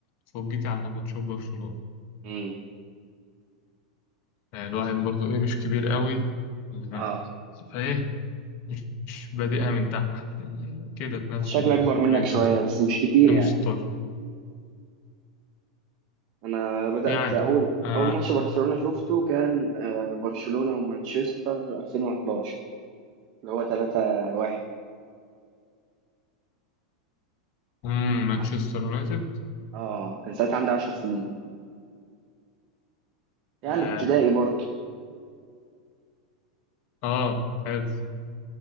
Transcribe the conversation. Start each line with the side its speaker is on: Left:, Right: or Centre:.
Left: فرجتي على ماتشات برشلونة
Right: امم
Left: يعني الواحد برضو إيه مش كبير قوي لا.
Right: اه
Left: فإيه مش مش بادئها من تحت يعني كده في نفس
Right: شكلي
Left: الرينج
Right: اكبر منك شويه
Left: ده
Right: بس مش كتير
Left: 2016
Right: يعني انا بدات
Left: يعني
Right: اول
Left: آه
Right: اول ماتش برشلونه شفته كان آه، برشلونه ومانشستر 2011 اللي هو 3-1
Left: مم،
Right: كان
Left: مانشستر
Right: ع-
Left: يونايتد
Right: اه كان ساعتها عندي 10 سنين يعني
Left: ياه.
Right: ابتدائي برضه
Left: اه حلو